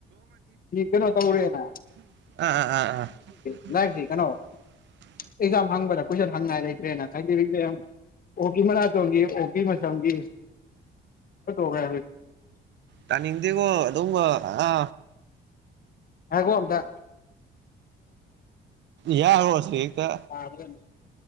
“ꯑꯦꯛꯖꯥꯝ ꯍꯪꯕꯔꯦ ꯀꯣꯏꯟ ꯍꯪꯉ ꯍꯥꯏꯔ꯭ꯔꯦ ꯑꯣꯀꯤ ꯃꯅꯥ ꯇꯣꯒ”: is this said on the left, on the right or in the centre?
Left